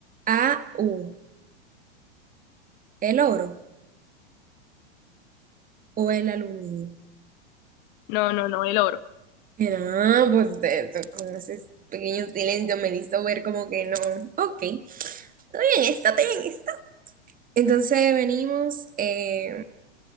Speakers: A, on the right; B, on the left.
A: AU. ¿El oro o el aluminio?
B: No, no, no, el oro.
A: No, pues de- de- con ese pequeño silencio me hizo ver como que no. Ok. Estoy en esta, estoy en esta. Entonces venimos. eh,